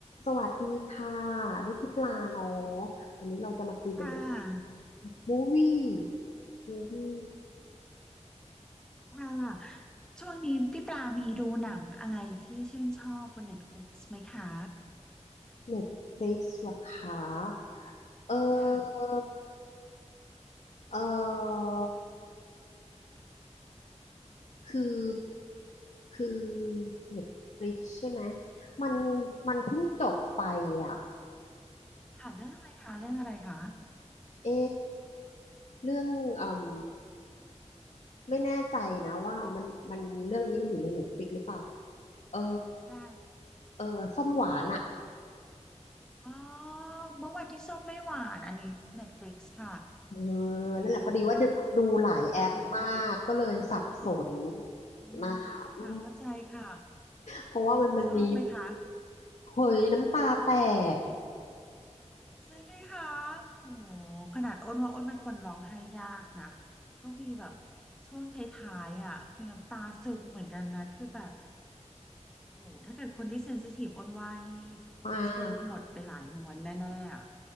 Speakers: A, on the left; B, in the centre.
A: สวัสดีค่ะอันนี่พี่ปลาเนาะวันนี้เราจะมาคุยกันเรื่อง
B: ค่ะ
A: มูวี่มูวี่
B: ค่ะช่วงนี้พี่ปลามีดูหนังอะไรที่ชื่นชอบบน Netflix ไหมคะ
A: เน็ตฟลิกซ์หรอคะเอ
B: ค่ะ
A: อเออคือคือเน็ตฟลิกซ์ใช่ไหมมันมันเพิ่งจบไปอ่ะ
B: ค่ะเรื่องอะไรคะเรื่องอะไรคะ
A: เอเรื่องอืมไม่แน่ใจนะว่ามันมันเรื่องนี้มันอยู่ในเน็ตฟลิกหรือเปล่าเออ
B: ได้ค่ะ
A: เออส้มหวานอะ
B: อ๋อเมื่อวันที่ส้มไม่หวานอันนี้ Netflix ค่ะ
A: เออนั่นแหละพอดีว่าดูดูหลายแอปมากก็เลยสับสน
B: เว้ยเรื่องนี้ค่ะอืมค่ะเข้าใจค่ะ
A: นะคะอืมเพราะว่ามันมันมี
B: ชอบไหมคะ
A: เฮ้ยน้ำตาแตก
B: ใช่ไหมคะโอ้โหขนาดอ้นว่าอ้นเป็นคนร้องไห้ยากนะก็มีแบบช่วงท้ายๆอ่ะคือน้ำตาซึมเหมือนกันนะคือแบบ โอ้โห ถ้าเกิดคนที่เซนซิทีฟอ้นว่านี่ทิชชู่หมดไปหลายม้วนแน่ๆอะ
A: <laughs> มาก